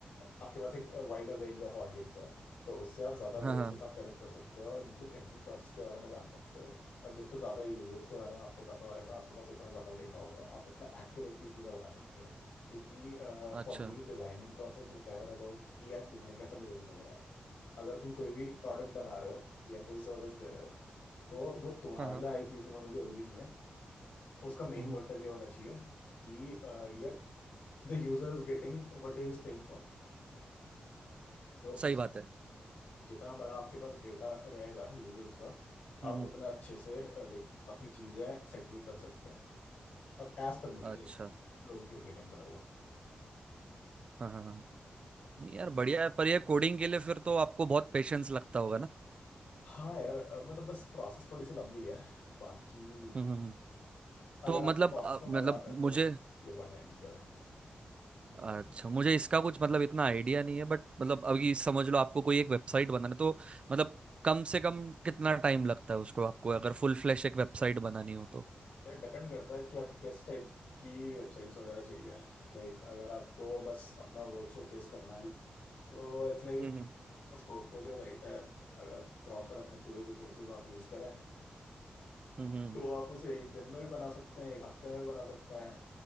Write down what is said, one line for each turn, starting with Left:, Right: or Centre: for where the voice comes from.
Left: आपके पास एक वाइडर रेंज ऑफ ऑडियंस है तो उससे आप ज्यादा ब्रेन्स
Right: हाँ हाँ
Left: के साथ कनेक्ट कर सकते हो और उनकी थिंकिंग प्रोसेस के बारे में जान सकते हो और जितना ज्यादा यूजर्स के बारे में आपको पता होगा आपके पास उतना ज्यादा डेटा होगा आप इतना एक्यूरेटली चीजें बना सकते हो क्योंकि
Right: अच्छा
Left: for me designing process is never about कि यार तुम्हें कैसा डिजाइन लग रहा है अगर तुम कोई भी प्रोडक्ट बना रहे हो या कोई सर्विस दे रहे हो तो वो तुम्हारे
Right: हाँ हाँ
Left: लिए आई प्लीजिंग होना जरूरी नहीं है और उसका मेन
Right: हम्म,
Left: मोटिव
Right: हम्म।
Left: ये होना चाहिए कि अ, ये the user is getting what he is paying for तो
Right: सही
Left: उस
Right: बात है
Left: जितना बड़ा आपके पास डेटा रहेगा यूजर्स का
Right: हम्म
Left: आप
Right: हम्म।
Left: उतना अच्छे से लाइक अपनी चीजें सेटल कर सकते हैं अब एज पर मी
Right: अच्छा
Left: लाइक लोगों की ओपिनियन अलग हो सकती
Right: हाँ हाँ हाँ नहीं यार बढ़िया है पर ये कोडिंग के लिए फिर तो आपको बहुत पेशेंस लगता होगा ना
Left: हाँ यार अ, मतलब बस प्रोसेस थोड़ी सी लंबी है बाकी
Right: हम्म हम्म, हम्म।
Left: अगर
Right: तो मतलब
Left: आपको प्रोसेस
Right: अ,
Left: में
Right: मतलब
Left: मजा आता है तो
Right: मुझे
Left: ये वन एंजॉय इट।
Right: अच्छा मुझे इसका कुछ मतलब इतना आइडिया नहीं है बट मतलब अभी समझ लो आपको कोई एक वेबसाइट बनाना है, तो मतलब कम से कम कितना टाइम लगता है उसको आपको अगर फुल फ्लैश एक वेबसाइट बनानी हो तो
Left: यार डिपेंड करता है कि आपको किस टाइप की वेबसाइट्स वगैरह चाहिए लाइक like, अगर आपको बस अपना वर्क शोकेस करना है तो इट्स लाइक
Right: हम्म
Left: बस पोर्टफोलियो राइट है अगर प्रॉपर अपने पूरे रिसोर्सेज आप यूज करें
Right: हम्म हम्म,
Left: तो आप उसे एक दिन में भी बना सकते हैं एक हफ्ते में भी बना सकते हैं